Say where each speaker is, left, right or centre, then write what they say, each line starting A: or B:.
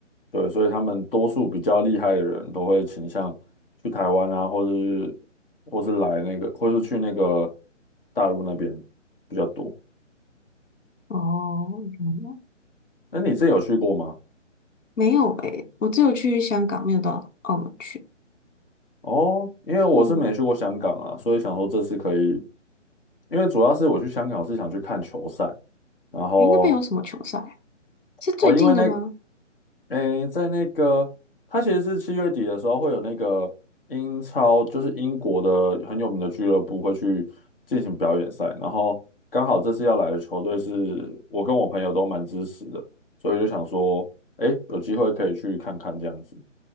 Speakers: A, on the left (about 45°); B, on the left (about 75°).
A: 对，所以他们多数比较厉害的人都会倾向去台湾啊，或者是或是来那个，或是去那个大陆那边比较多。
B: 哦，嗯
A: 那你之前有去过吗？
B: 没有诶，我只有去香港，没有到澳门去。
A: 哦，因为我是没去过香港啊，
B: 嗯，
A: 所以想说这次可以，因为主要是我去香港是想去看球赛。然后
B: 诶，那边有什么球赛啊是最近的吗？
A: 哦，因为那，诶，在那个，他其实是七月底的时候会有那个英超，就是英国的很有名的俱乐部会去进行表演赛，然后刚好这次要来的球队是我跟我朋友都蛮支持的，所以就想说，诶，有机会可以去看看这样子。